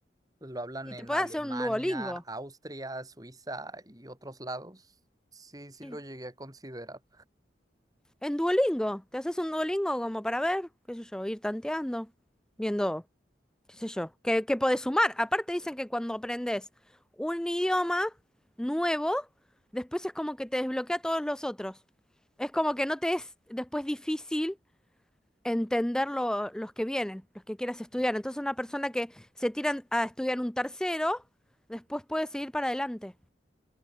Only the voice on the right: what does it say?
Pues lo hablan
en
Alemania,
Austria, Suiza y otros lados. Sí, sí
lo llegué a considerar.